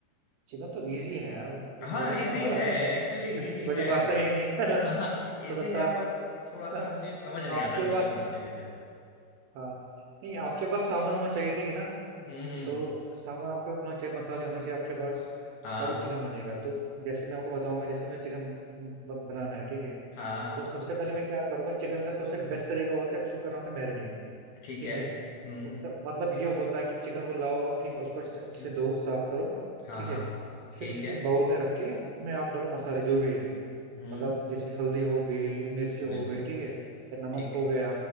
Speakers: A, on the right; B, on the left.
A: चिकन तो इजी है यार तो
B: हाँ
A: बड़ी
B: इजी
A: काम बड़ा
B: है
A: तो है ही
B: एक्चुअली
A: नहीं
B: इजी
A: <laughs> बड़ी
B: है
A: बात तो है ही नहीं
B: <laughs> हाँ
A: <laughs>
B: इजी
A: थोड़ा
B: है
A: सा
B: पर थोड़ा सा
A: <laughs>
B: मुझे समझ नहीं
A: आपके
B: आता चिकन
A: पास
B: बनाते कैसे
A: हाँ नहीं आपके पास सामान होना चाहिए ठीक है ना
B: हम्म हम्म
A: तो सामान आपके पास होना चाहिए मसाले होने चाहिए आपके पास
B: हाँ
A: तभी चिकन बनेगा तो जैसे मैं आपको बताऊंगा जैसे मुझे चिकन बनाना है ठीक है
B: हाँ हाँ
A: तो सबसे पहले मैं क्या करूंगा चिकन का सबसे बेस्ट तरीका होता है उसको करना होता है मैरिनेट
B: ठीक
A: ठीक
B: है
A: है
B: हम्म
A: उसका मतलब ये होता है कि चिकन को लाओ आप ठीक है उसको अच्छे अच्छे
B: हम्म,
A: से धो साफ करो
B: हाँ
A: ठीक
B: हाँ
A: है
B: ठीक
A: फिर किसी
B: है
A: बाउल में रख के उसमें आप डालो मसाले जो भी है
B: हम्म
A: मतलब जैसे हल्दी हो गई मिर्ची हो
B: बिल्कुल
A: गई ठीक है या नमक
B: ठीक
A: हो गया